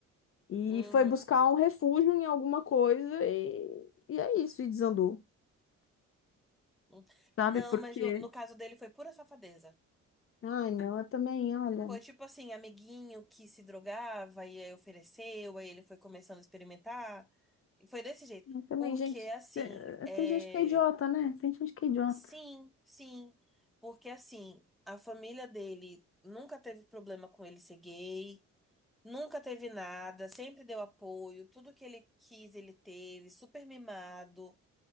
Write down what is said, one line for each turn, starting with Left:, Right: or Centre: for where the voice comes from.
Left: E
Centre: uhum.
Left: foi buscar um refúgio em alguma coisa e, e é isso, e desandou,
Centre: uhum.
Left: sabe?
Centre: Não,
Left: Porque.
Centre: mas no, no caso dele foi pura safadeza.
Left: Ai, não, eu também, olha.
Centre: Foi tipo assim, amiguinho que se drogava e aí ofereceu, aí ele foi começando a experimentar. E foi desse jeito.
Left: Eu também,
Centre: Porque
Left: gente.
Centre: assim,
Left: eh,
Centre: é.
Left: Tem gente que é idiota, né? Tem gente que é idiota.
Centre: Sim, sim. Porque assim, a família dele nunca teve problema com ele ser gay, nunca teve nada, sempre deu apoio, tudo que ele quis ele teve, super mimado,